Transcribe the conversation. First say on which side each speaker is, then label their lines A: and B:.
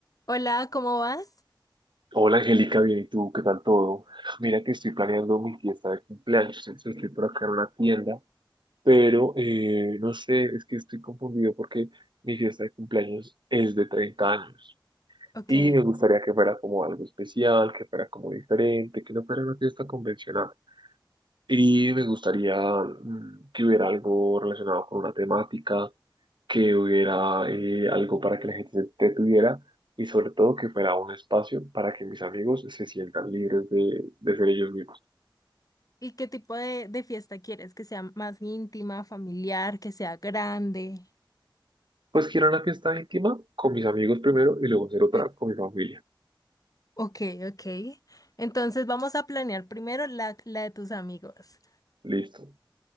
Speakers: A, on the left; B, on the right.
A: Hola, ¿cómo vas?
B: Hola Angélica, bien, ¿y tú? ¿Qué tal todo? Mira que estoy planeando mi fiesta de cumpleaños, entonces estoy por acá en una tienda, pero eh, no sé, es que estoy confundido porque mi fiesta de cumpleaños es de 30 años
A: Ok.
B: y me gustaría que fuera como algo especial, que fuera como diferente, que no fuera una fiesta convencional. Y me gustaría mm, que hubiera algo relacionado con una temática, que hubiera eh, algo para que la gente se entretuviera y sobre todo que fuera un espacio para que mis amigos se sientan libres de, de ser ellos mismos.
A: ¿Y qué tipo de, de fiesta quieres? ¿Que sea más íntima, familiar, que sea grande?
B: Pues quiero una fiesta íntima con mis amigos primero y luego hacer otra
A: Ac-
B: con mi familia.
A: Ok, ok. Entonces vamos a planear primero la, la de tus amigos.
B: Listo.